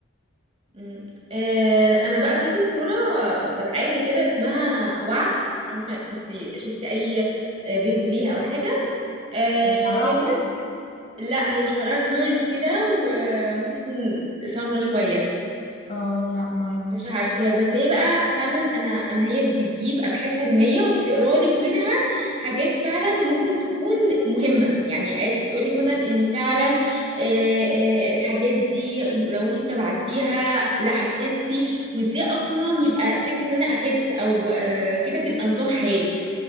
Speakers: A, on the right (about 30°); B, on the left (about 40°).
A: مم. آه انا بقى في دكتوره متابعاها كده اسمها وعد مش عارفه كنت شفتي اي آه، فيديو ليها او حاجه آه
B: شعره
A: كانت
B: احمر
A: لا هي شعرها كيرلي كده وممكن تكون سمرة شويه
B: اه لا معرفوش
A: مش عارفاها بس هي بقى فعلا انا انا هي بتجيب ابحاث علميه وبتقرا لك منها حاجات فعلا ممكن تكون مهمه يعني قال- تقول لك مثلا ان فعلا آه، آه، الحاجات دي لو انت اتبعتيها لا هتخسي وازاي اصلا يبقى فكره ان انا اخس او آه، كده تبقى نظام حياه